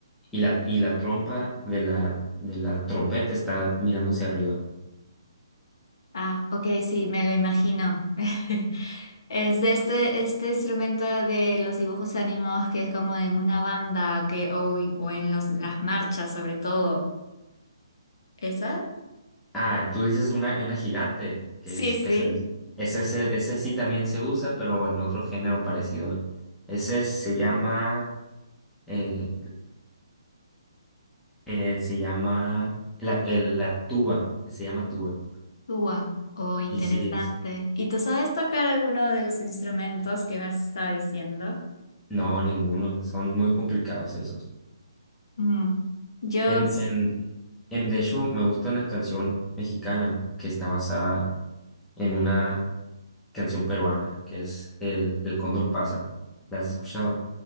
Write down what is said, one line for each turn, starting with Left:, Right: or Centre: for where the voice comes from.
Centre: y la, y la trompa de la, de la trompeta está mirando hacia arriba.
Left: Ah, ok, sí, me lo imagino. <laughs> Es de este, este instrumento de los dibujos animados que es como en una banda que, o, o en los, las marchas sobre todo. ¿Esa?
Centre: Ah, tú dices una, una gigante, que
Left: Sí,
Centre: es
Left: sí.
Centre: pesadilla. Ese, ese, ese sí también se usa, pero en otro género parecido. Ese se llama eh, Eh, se llama la, el- la tuba, se llama tuba.
Left: Ua, Oh, interesante.
Centre: Y sí es.
Left: ¿Y tú sabes tocar alguno de los instrumentos que me has estado diciendo?
Centre: No, ninguno. Son muy complicados esos.
Left: Mm, Yo,
Centre: En,
Left: s-
Centre: en, en, de hecho, me gusta una canción mexicana que está basada en una canción peruana, que es El, el Cóndor pasa. ¿La has escuchado?